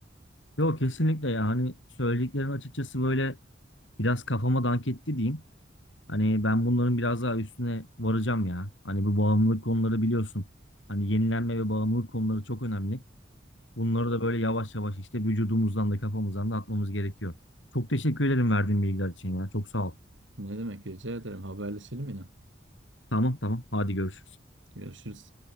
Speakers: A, on the left (about 80°); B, on the right (about 80°).
A: Yok kesinlikle yani söylediklerin açıkçası böyle biraz kafama dank etti diyeyim. Hani ben bunların biraz daha üstüne varacağım ya. Hani bu bağımlılık konuları biliyorsun. Hani yenilenme ve bağımlılık konuları çok önemli. Bunları da böyle yavaş yavaş işte vücudumuzdan da kafamızdan da atmamız gerekiyor. Çok teşekkür ederim verdiğin bilgiler için ya. Çok sağ ol.
B: Ne demek rica ederim. Haberleşelim yine.
A: Tamam tamam. Hadi görüşürüz.
B: Görüşürüz.